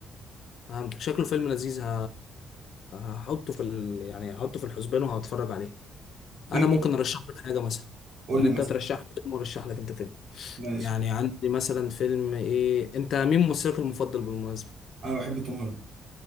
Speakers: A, on the left (about 65°); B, on the right (about 55°).
A: فهمتك شكله فيلم لذيذ ه... هحطه في ال... يعني هحطه في الحسبان وهتفرج عليه
B: في
A: انا
B: برضه-
A: ممكن ارشح لك حاجه مثلا
B: قول
A: يعني
B: لي
A: انت
B: مثلا
A: ترشح لي فيلم وارشح لك انت فيلم
B: ماشي
A: يعني عندي مثلا فيلم ايه انت مين ممثلك المفضل بالمناسبه
B: انا بحب توم هاردي